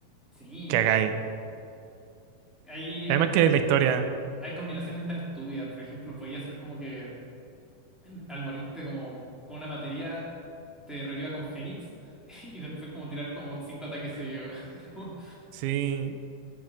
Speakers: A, in the centre; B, on the right.
A: sí,
B: que hagáis.
A: como- hay, harta-
B: Además que la historia,
A: hay combinaciones tan estúpidas, por ejemplo, podía ser como que <laughs> al morirte como con una materia, te reviva con Fénix <laughs> y después como tirar como cinco ataques seguidos. <laughs> Como-
B: sí,